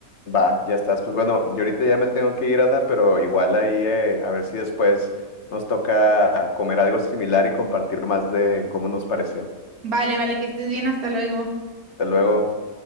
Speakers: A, on the left; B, on the right.
A: Va, ya estás. Pues bueno, yo ahorita ya me tengo que ir, Ana, pero igual ahí eh, a ver si después nos toca comer algo similar y compartir más de cómo nos pareció.
B: Vale, vale, que estés bien, hasta luego.
A: Hasta luego.